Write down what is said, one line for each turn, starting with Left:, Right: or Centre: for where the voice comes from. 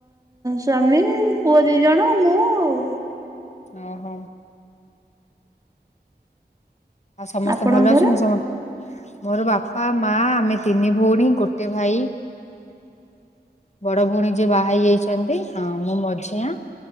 Right: ସ୍ଵାମୀ ପୁଅ ଦିଇ ଜଣ ମୁଁ ଆଉ
Left: ଓହୋ ଆଉ ସମସ୍ତେ
Right: ଆପଣଙ୍କ
Left: ଭଲ
Right: ଘରେ?
Left: ଅଛନ୍ତି ସମସ୍ତେ ମୋର ବାପା ମା ଆମେ ତିନି ଭଉଣୀ ଗୋଟେ ଭାଇ
Right: <inaudible>
Left: ବଡ ଭଉଣୀ ଯି ବାହା ହେଇ ଯାଇଛନ୍ତି ହଁ ମୋ ମଝିଆ